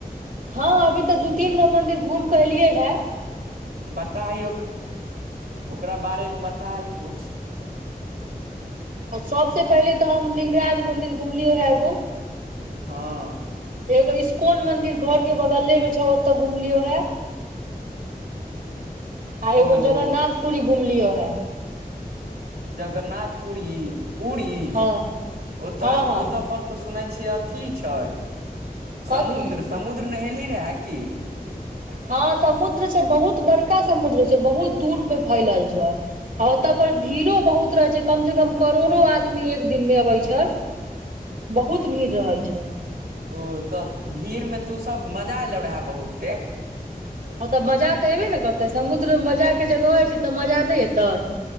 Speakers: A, on the right; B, on the right.
A: हँ अभी तऽ दू तीन गो मंदिर घूम कऽ एलियए है
B: बताही ओ <inaudible> ओकरा बारेमे बताही कुछ
A: सबसे पहिले तऽ हम लिंगराज मंदिर घुमलियो है एगो
B: हँ
A: एगो इस्कोन मंदिर घर केँ बगले में छौ ओते घुमलियो है <inaudible> आ
B: ओ
A: एगो जागरनाथपुरी घुम लियो हैं
B: जगन्नाथ पुरी पूरी
A: हँ
B: <inaudible> ओतऽ
A: हँ हँ
B: ओतऽ पर ओत सुनै छियै अथी छै
A: कथी
B: समुद्र समुद्र नहेलही रहै की
A: हँ समुद्र छै बहुत बड़का समुद्र छै बहुत दूर में फैलल छै आ ओतऽ पर भीड़ो बहुत रहे छै कम से कम करोड़ो आदमी एक दिन में अबै छै बहुत भीड़ रहै छै
B: ओ तऽ भीड़ में तो सब मजा एलौ रहे बहुते
A: हँ तऽ मजा तऽ एयबे नै करतै समुद्र मजा केँ जगह हइ छै तऽ मजा नै एतै